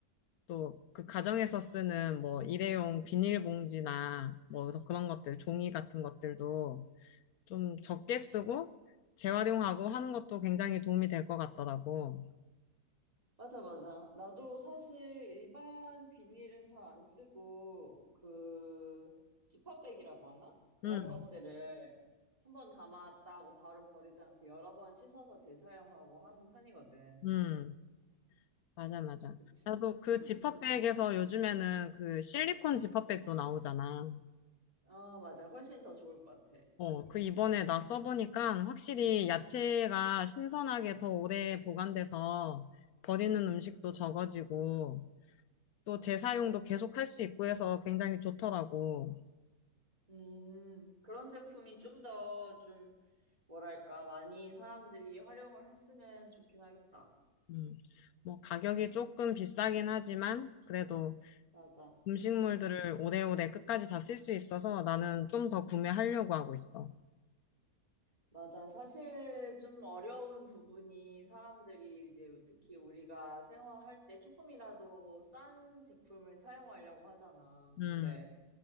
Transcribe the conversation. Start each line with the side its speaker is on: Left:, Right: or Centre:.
Left: 또 그 가정에서 쓰는 뭐 일회용 비닐봉지나 뭐 그런 것들 종이 같은 것들도 좀 적게 쓰고 재활용하고 하는 것도 굉장히 도움이 될 것 같더라고.
Right: 맞아, 맞아. 나도 사실 일반 비닐은 잘 안 쓰고, 그, 지퍼백이라고 하나? 그런
Left: 음,
Right: 것들을 한번 담았다고 바로 버리지 않고 여러 번 씻어서 재사용하고 하는 편이거든.
Left: 음, 맞아, 맞아.
Right: 그치?
Left: 나도 그 지퍼백에서
Right: 음.
Left: 요즘에는 그 실리콘 지퍼백도 나오잖아.
Right: 아 맞아. 훨씬 더 좋을 것 같아.
Left: 어,
Right: 음.
Left: 그 이번에 나 써보니까 확실히 야채가 신선하게 더 오래 보관돼서 버리는 음식도 적어지고 또 재사용도 계속 할 수 있고 해서 굉장히 좋더라고.
Right: 음, 그런 제품이 좀 더 좀, 뭐랄까, 많이 사람들이 활용을 했으면 좋긴 하겠다.
Left: 음, 뭐 가격이 조금 비싸긴 하지만 그래도
Right: 맞아.
Left: 음식물들을
Right: 음,
Left: 오래오래 끝까지 다 쓸 수 있어서 나는 좀 더 구매하려고 하고 있어.
Right: 맞아. 사실 좀 어려운 부분이 사람들이 이제 특히 우리가 생활할 때 조금이라도 싼 제품을 사용하려고 하잖아.
Left: 음,
Right: 근데